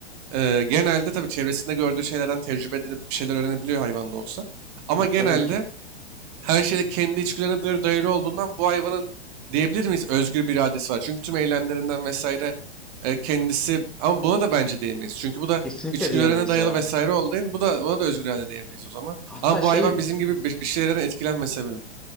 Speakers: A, on the right; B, in the centre.
A: ee, genelde tabii çevresinde gördüğü şeylerden tecrübe edinip bir şeyler öğrenebiliyor hayvan da olsa. Ama
B: Evet
A: genelde
B: tabii ki.
A: her şeyde kendi içgüdülerine dayalı dayalı olduğundan bu hayvanın diyebilir miyiz özgür bir iradesi var. Çünkü tüm eylemlerinden vesaire e, kendisi ama buna da bence diyemeyiz. Çünkü bu da
B: Kesinlikle
A: içgüdülerine
B: diyemeyiz
A: dayalı
B: ya.
A: vesaire olduğu için bu da buna da özgür irade diyemeyiz o zaman.
B: Hatta
A: Ama
B: şey
A: bu hayvan bizim gibi bir, bir şeylerden etkilenmese bile.